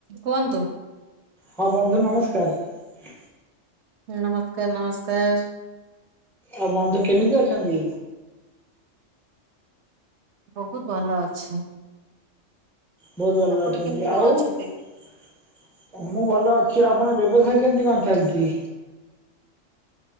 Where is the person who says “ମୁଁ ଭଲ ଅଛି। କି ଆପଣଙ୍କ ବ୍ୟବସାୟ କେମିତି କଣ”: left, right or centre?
Centre